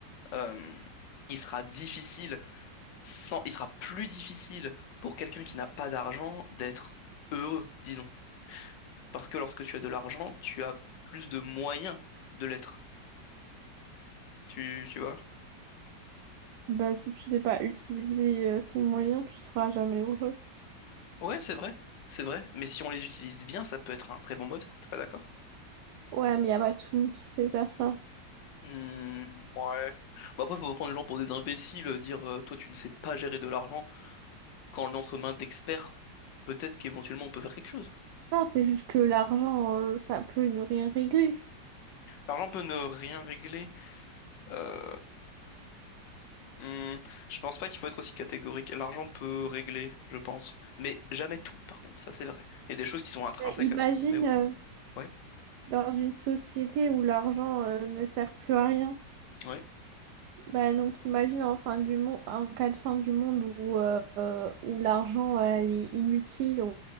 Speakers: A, on the left (about 85°); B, on the right (about 75°).
A: Euh, il sera difficile sans, il sera plus difficile pour quelqu'un qui n'a pas d'argent d'être heureux, disons. Parce que lorsque tu as de l'argent, tu as plus de moyens de l'être. Tu, tu vois?
B: Bah, si tu sais pas utiliser euh, ces moyens, tu seras jamais heureux.
A: Ouais, c'est vrai, c'est vrai. Mais si on les utilise bien, ça peut être un très bon moteur. T'es pas d'accord?
B: Ouais, mais y a pas tout le monde qui sait faire ça.
A: Hmm, ouais. Bon après, faut pas prendre les gens pour des imbéciles, euh, dire euh, toi tu ne sais pas gérer de l'argent quand on est entre mains d'experts. Peut-être qu'éventuellement on peut faire quelque chose.
B: Non, c'est juste que l'argent, euh, ça peut ne rien régler.
A: L'argent peut ne rien régler. Euh... Hmm, je pense pas qu'il faut être aussi catégorique. L'argent peut régler, je pense. Mais jamais tout, par contre, ça c'est vrai. Il y a des choses qui sont intrinsèques
B: Mais imagine
A: à ce qu'on est ou pas.
B: euh,
A: Ouais,
B: dans une société où l'argent euh, ne sert plus à rien.
A: ouais,
B: Bah, donc imagine en fin du monde, en cas de fin du monde où, euh, euh, où l'argent euh, elle est inutile, on